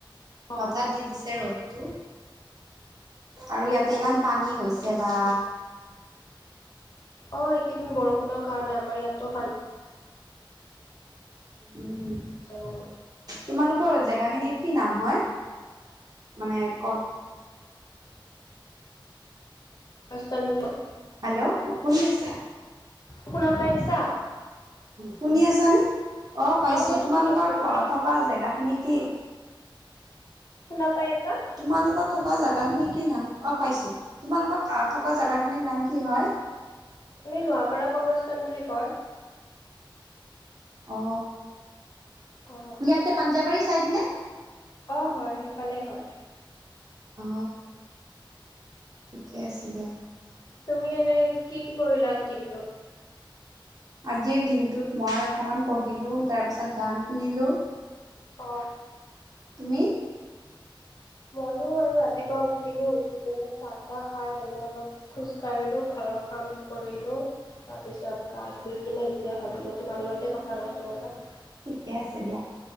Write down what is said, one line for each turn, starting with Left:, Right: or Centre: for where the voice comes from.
Left: অ',
Right: হঠাৎ দি দিছে ৰ'দটো। আৰু ইয়াতে ইমান পানী হৈছে বা
Left: অ এইকেইদিন বৰষুণৰ কাৰণে আমাৰ ইয়াতো পানী
Right: উম
Left: হৈছে বহুত।
Right: তোমালোকৰ জেগাখিনিৰ কি নাম হয় মানে কত?
Left: গছতন বুলি কয়
Right: হেল্ল' শুনি আছা?
Left: শুনা পাইছা
Right: শুনি আছ নে অ পাইছো
Left: মই
Right: তোমালোকৰ
Left: শুনি আছোঁ, তুমি
Right: থ থকা জেগা খিনি কি?
Left: শুনা পাই আছা
Right: তোমালোকৰ থকা জোগাখিনি কি নাম? অ পাইছো তোমালোকৰ থকা জাগাখিনিৰ নাম কি হয়?
Left: এনে নোৱাপাৰা কবৰস্থান বুলি কয়।
Right: অ
Left: অ',
Right: ইয়াতে পাঞ্জাবাৰী চাইদ নে।
Left: অ হয় সিফালেই হয়।
Right: অ ঠিকে আছে দিয়া।
Left: তুমি এনে কি কি কৰিলা আজি দিনটোত।
Right: আজিৰ দিনটোত মই অকণমান পঢ়িলোঁ তাৰপাছত গান শুনিলো।
Left: অ
Right: তুমি
Left: ময়ো আৰু ৰাতিপুৱা উঠিলো উঠি কিনে চাহ তাহ খাই এনে অলপ খোজ কাঢ়িলো ঘৰৰ কাম কৰিলো তাৰপিছত গা ধুই কিনি এতিয়া ভাবিলেতো তোমাৰ লগত কথা পাতো অলপ
Right: ঠিকে আছে দিয়া